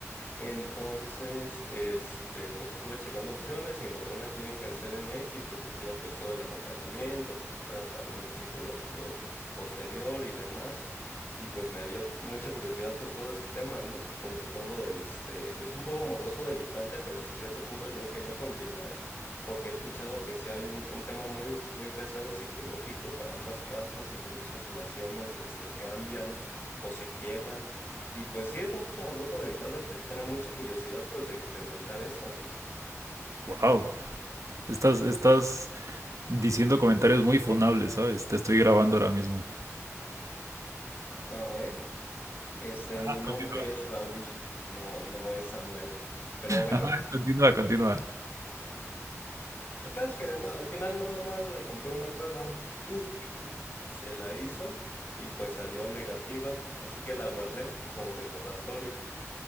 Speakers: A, on the left; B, on the right.
A: Entonces, este, pues estuve checando opciones y encontré una clínica en CDMX que ofrecía pues todo el acompañamiento, con tratamiento psicológico posterior y demás. Y pues me dio mucha curiosidad pues todo este tema, ¿no? Sobre todo, este, es un poco morboso de mi parte, pero hasta cierto punto yo quería continuar porque he escuchado que sí hay un, un tema muy, muy pesado psicológico para ambas partes y que muchas relaciones, este, cambian o se quiebran. Y pues sí, es un poco morboso de mi parte, pero yo tenía mucha curiosidad pues de experimentar esto, ¿no?
B: Wow. Estás, estás diciendo comentarios muy funables, ¿sabes? Te estoy grabando ahora mismo.
A: No, eh. Este,
B: Ajá,
A: mi nombre
B: continúa.
A: es Raúl, no, no es Samuel. Pero bueno,
B: Ajá, continúa, continúa.
A: el caso es que no, al final nada más le compré una prueba, <clears throat> se la hizo y pues salió negativa, así que la guardé como recordatorio